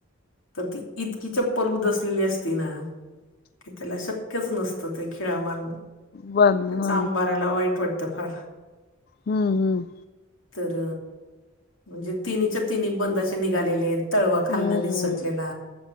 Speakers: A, on the left (about 70°); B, on the left (about 50°).
A: तर ती इतकी चप्पल उदसलेली असती ना? की त्याला शक्यच नसतं ते खिळा मारणं त्या
B: बंद हा
A: चाबाराला वाईट वाटतं फार
B: हम्म हम्म.
A: तर म्हणजे तिन्हीच्या तिन्ही बंद अशे निघालेले? तळवा खालणं
B: हम्म
A: निसटलेला